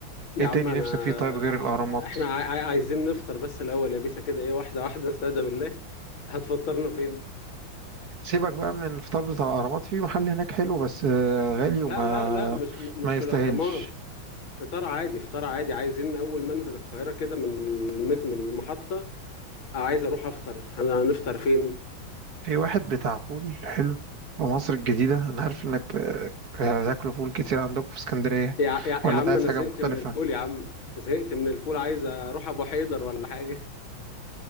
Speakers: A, on the left (about 70°); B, on the right (about 50°).
A: يا
B: ايه
A: عم
B: تاني
A: انا
B: نفسك فيه طيب غير
A: ع-
B: الاهرامات
A: احنا عا- عا- عايزين نفطر بس الاول يا بيسا كده ايه واحده واحده استهدى بالله هتفطرنا فين
B: سيبك بقى من الفطار بتاع الاهرامات في محل هناك حلو بس آه، غالي وما
A: لا لا لا مش م- مش
B: ما
A: في
B: يستاهلش
A: الاهرامات فطار عادي فطار عادي عايزين اول ما انزل القاهره كده من المد... من المحطه عايز اروح افطر انا هنفطر فين
B: في واحد بتاع فول حلو في مصر الجديدة أنا عارف إنك آه، بتاكلوا فول كتير عندكم في اسكندرية
A: يا... يا...
B: ولا
A: يا عم
B: أنت عايز
A: انا
B: حاجة
A: زهقت
B: مختلفة
A: من الفول يا عم زهقت من الفول عايز اروح ابو حيدر ولا حاجه